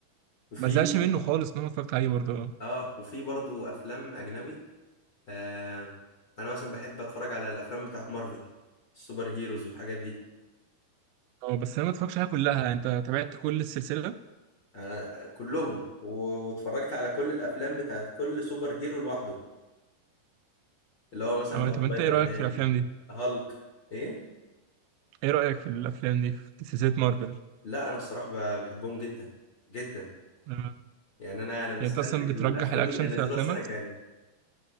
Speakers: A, on the left (about 55°); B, on the right (about 85°).
A: وفي
B: ما زهقش منه خالص مهما اتفرجت عليه برضه اه
A: اه وفي برضه افلام اجنبي آه انا مثلا بحب اتفرج على الافلام بتاعت مارفل السوبر هيروز والحاجات دي
B: آه، بس انا ما اتفرجتش عليها كلها يعني انت تابعت كل السلسله
A: آه كلهم و- واتفرجت على كل الافلام بتاعت كل سوبر هيرو لوحده اللي هو مثلا
B: اه
A: بقى
B: طب انت
A: سبايدر
B: ايه رايك
A: مان
B: في الافلام دي
A: هالك ايه
B: ايه رايك في الافلام دي في سلسله مارفل
A: لا انا الصراحه ب- بحبهم جدا جدا
B: آه.
A: يعني انا انا مستني
B: يعني انت اصلا
A: الافلام
B: بترجح الاكشن
A: اللي هينزلوها
B: في افلامك
A: السنه الجايه